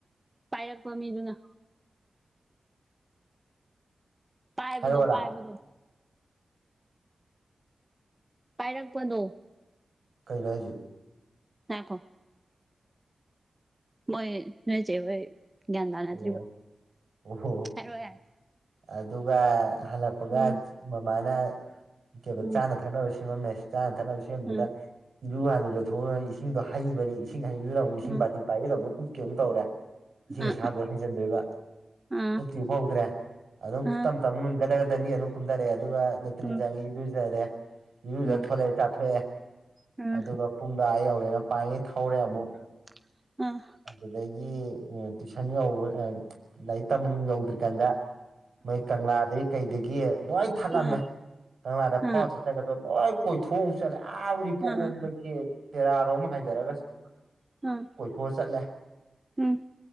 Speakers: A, on the right; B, on the right.
A: ꯄꯥꯏꯔꯛꯄ ꯃꯤꯗꯨꯅ ꯄꯥꯏꯕꯗꯣ
B: ꯍꯥꯏꯔꯛꯑꯣꯔꯥ
A: ꯄꯥꯏꯕꯗꯣ ꯄꯥꯏꯔꯛꯄꯗꯣ
B: ꯀꯩꯩꯅꯣ ꯍꯥꯏꯖꯦ
A: ꯅꯥꯏꯈꯣ ꯃꯣꯏ ꯅꯣꯏ ꯆꯦꯍꯣꯏ ꯒ꯭ꯌꯥꯟ ꯇꯥꯅꯗ꯭ꯔꯤꯕ
B: ꯑꯣ ꯑꯣꯍꯣ
A: ꯍꯥꯏꯔꯣ ꯌꯥꯔ
B: ꯑꯗꯨꯒ ꯍꯜꯂꯛꯄꯒ
A: ꯎꯝ
B: ꯃꯃꯥꯅ ꯀ‌ꯦꯕꯥ
A: ꯎꯝ
B: ꯆꯥꯅ ꯊꯛꯅꯕ ꯁꯦꯝꯃꯝꯃꯦ ꯆꯥꯅ ꯊꯛꯅꯕ ꯁꯦꯝꯗꯨꯗ
A: ꯎꯝ
B: ꯏꯔꯨ ꯍꯥꯟ ꯂꯨꯖꯊꯣꯛꯑꯒ ꯏꯁꯤꯡꯗꯣ ꯍꯩꯕꯅꯦ ꯏꯁꯤꯡ ꯍꯩꯕꯗꯨꯗ ꯑꯃꯨꯛ ꯏꯁꯤꯡ
A: ꯎꯝ
B: ꯕꯥꯇꯤꯟ
A: ꯎꯝ
B: <unintelligible> ꯎꯞꯀꯦ ꯑꯃꯨꯛ ꯇꯧꯔꯦ ꯏꯁꯤꯡ
A: ꯑ
B: <unintelligible> ꯏꯁꯥꯗ ꯍꯩꯖꯤꯟꯗꯣꯏꯕ
A: ꯑ
B: ꯎꯞꯇꯤ ꯎꯞꯐꯧꯗ꯭ꯔꯦ ꯑꯗꯨꯝ
A: ꯑ
B: ꯇꯝ ꯇꯝ <unintelligible> ꯀꯨꯝꯗꯔ‌ꯑꯦ ꯑꯗꯨꯒ ꯂ‌ꯦꯇ꯭ꯔꯤꯟ
A: ꯎꯝ
B: ꯆꯪꯉ‌ꯦ ꯏꯔꯨꯖꯔ‌ꯦ ꯏꯔꯨꯖ
A: ꯎꯝ
B: ꯊꯣꯂ‌ꯦ ꯆꯥꯊꯣꯑꯦ
A: ꯎꯝ
B: ꯑꯗꯨꯒ ꯄꯨꯡꯗ‌ꯣ ꯑꯥ ꯌꯧꯔꯦꯅꯥ ꯄꯥꯏꯉꯩ ꯊꯧꯔꯦ ꯑꯃꯨꯛ
A: <unintelligible>
B: ꯑꯗꯨꯗꯒꯤ ꯇꯨꯏꯁꯟ ꯌꯧꯕꯥ ꯑꯝ ꯂꯥꯏꯔꯤꯛ ꯇꯝꯕꯝ ꯌꯧꯗ꯭ꯔꯤꯀꯥꯟꯗ ꯃꯣꯏ ꯀꯪꯂꯥꯗꯩ ꯀꯩꯗꯒꯤ ꯂ‌ꯣꯏ ꯊꯠꯂꯝꯃꯦ
A: ꯑ
B: ꯀꯪꯂꯥꯗ
A: ꯑ
B: ꯐꯥꯎ ꯆꯠ ꯆꯒꯗ ꯂꯣꯏ ꯀꯣꯏꯊꯣꯛꯑ ꯃꯨꯛ ꯆꯠꯂꯦ ꯑꯥ ꯎꯔꯤꯄꯣꯛꯂꯣꯝꯗꯒꯤ
A: ꯑ ꯑ
B: ꯇꯦꯔꯥꯔꯣꯝ ꯍꯥꯏꯊꯔꯒ ꯁꯨꯡ
A: <unintelligible>
B: ꯊ‌ꯣꯑ ꯆꯠꯂꯦ
A: ꯎꯝ ꯎꯝ